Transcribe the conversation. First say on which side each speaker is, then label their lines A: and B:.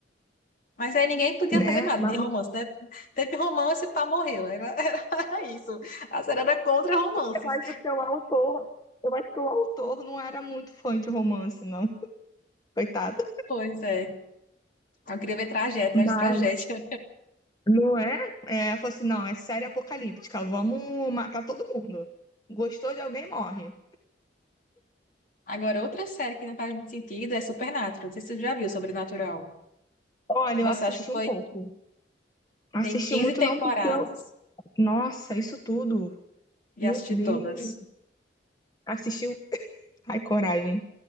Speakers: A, on the left (about 50°); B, on the left (about 20°).
A: Mas aí ninguém podia
B: né?
A: fazer nada
B: Mas
A: de romance, né? Teve romance, para morreu. Era, era <laughs> isso. A série era contra romances.
B: eu acho que o autor, eu acho que o autor não era muito fã de romance, não. Coitado.
A: Pois é. Eu queria ver tragédia, atrás
B: Mas
A: de tragédia.
B: não é? É, falou assim, não, é série apocalíptica, vamos matar todo mundo. Gostou de alguém, morre.
A: Agora, outra série que não faz muito sentido é Supernatural. Não sei se você já viu, Sobrenatural.
B: Olha,
A: Nossa,
B: eu assisti
A: acho que foi.
B: um pouco. Assisti
A: Tem 15
B: muito
A: temporadas
B: não porque eu... Nossa, isso tudo.
A: e
B: Meu
A: assisti
B: Deus.
A: todas.
B: Assistiu? <laughs> Ai, coragem.